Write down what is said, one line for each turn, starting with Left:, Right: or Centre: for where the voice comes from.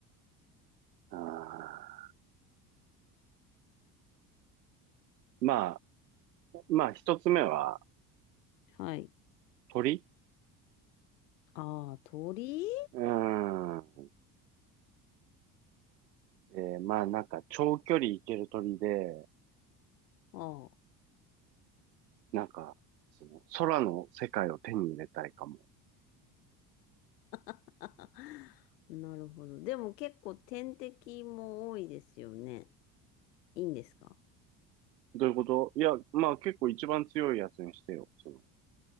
Right: ーあーまあ、まあ一つ目は
Left: はい。
Right: 鳥。
Left: ああ、鳥
Right: うーん。で、まあなんか長距離行ける鳥で、
Left: ああ。
Right: なんか、その空の世界を手に入れたいかも。
Left: <laughs> なるほど。でも結構天敵も多いですよね。いいんですか
Right: どういうこといや、まあ結構一番強いやつにしてよ。その、